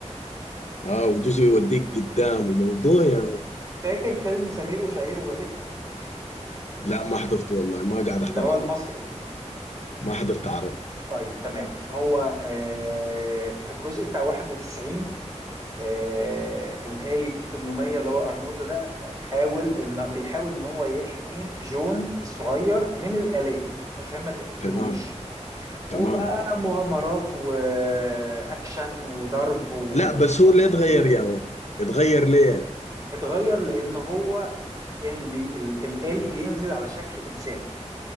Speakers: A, on the left (about 70°); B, on the right (about 30°).
A: اه وجزء يوديك قدام وموضوع يا مان.
B: فاكر فيلم سمير وشهير وبهير
A: لا ما حضرته والله ما قاعد
B: اللي
A: احضر
B: هو
A: عربي
B: المصري
A: ما حضرت عربي
B: طيب تمام هو آه، في الجزء بتاع 91 آه، الآلي التي 800 اللي هو ارنولد ده آه، حاول ان بيحاول ان هو يحمي جون الصغير من الآلات عشان ما تقتلهوش
A: تمام
B: وبقى
A: تمام
B: مغامرات واكشن وضرب وتكسير
A: لا بس هو ليه اتغير يا مان اتغير ليه
B: اتغير لان هو كان بي ال- الآلي بينزل على شكل انسان